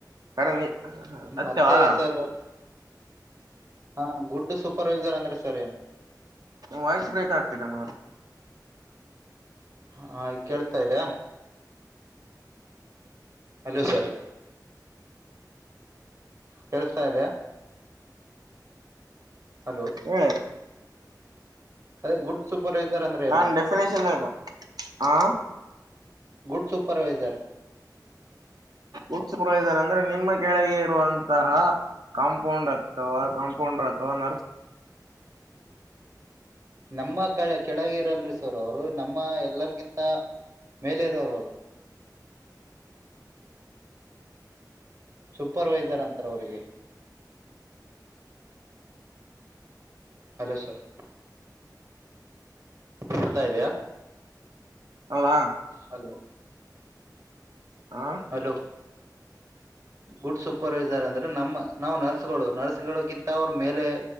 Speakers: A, on the right; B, on the right.
A: ಕರಣಿ ಸತ್ಯವಾ.
B: ಮತ್ತೆ ಸರ್ ಹಾ ಗುಡ್ ಸೂಪರ್ವೈಸರ್ ಅಂದ್ರೆ ಸರ್ ಏನು.
A: ವಾಯ್ಸ್ ಬ್ರೇಕ್ ಆಗ್ತಿದೆ ಮರ.
B: ಹ ಹ ಈಗ್ ಕೇಳ್ಸತಾ ಇದೆಯಾ. ಹಲೋ ಸರ್ ಕೇಳಿಸ್ತಾ ಇದೆಯಾ. ಹಲೋ
A: ಹೇಳಿ.
B: ಅದೇ ಗುಡ್ ಸೂಪರ್ವೈಸರ್ ಅಂದ್ರೆ ಏನು.
A: ನಾನ್ ಡೆಫಿನೇಷನ್ ಹೇಳ್ದೆ ಆ
B: ಗುಡ್ ಸೂಪರ್ವೈಸರ್.
A: ಗುಡ್ ಸುಪರ್ವೈಸರ್ ಅಂದ್ರೆ ನಿಮ್ಮ ಕೆಳಗೆ ಇರುವಂತಹ. ಕಾಂಪೌಂಡರ್ ಅಥವಾ ಕಾಂಪೌಂಡರ್ ಅಥವಾ ನರ್ಸ್.
B: ನಮ್ಮ ಕೆಳ ಕೆಳಗ ಇರಲ್ರಿ ಸರ್ ಅವ್ರು ನಮ್ಮ ಎಲ್ಲರ್ಗಿಂತ ಮೇಲೆ ಇರೋರ್ ಅವ್ರು ಸೂಪರ್ವೈಸರ್ ಅಂತಾರ ಅವ್ರಿಗೆ ಹಲೋ ಸರ್ ಕೇಳ್ತಾ ಇದಯಾ
A: ಹೌದಾ
B: ಹಲೋ
A: ಹಾ
B: ಹಲೋ ಗುಡ್ ಸೂಪರ್ವೈಸರ್ ಅಂದ್ರೆ ನಮ್ಮ ನಾವು ನರ್ಸ್ಗಳು ನರ್ಸ್ಗಳಗಿಂತ ಅವ್ರ ಮೇಲೆ